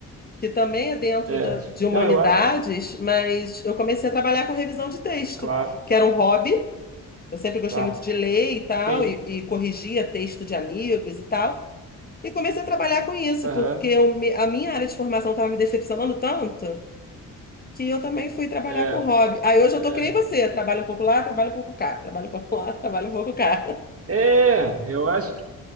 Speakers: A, on the left; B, on the right.
A: que também é dentro
B: é.
A: da, de humanidades,
B: Não, eu acho que.
A: mas eu comecei a trabalhar com revisão de texto,
B: Claro,
A: que era um hobby. Eu sempre gostei
B: dá.
A: muito de ler e tal,
B: Sim.
A: e, e corrigia texto de amigos e tal. E comecei a trabalhar com isso,
B: Aham.
A: porque eu me- a minha área de formação estava me decepcionando tanto que eu também fui trabalhar
B: é,
A: com hobby. Aí hoje
B: é.
A: eu tô que nem você, trabalho um pouco lá, trabalho um pouco cá, trabalho um pouco lá, <laughs> trabalho um pouco cá.
B: É, eu acho que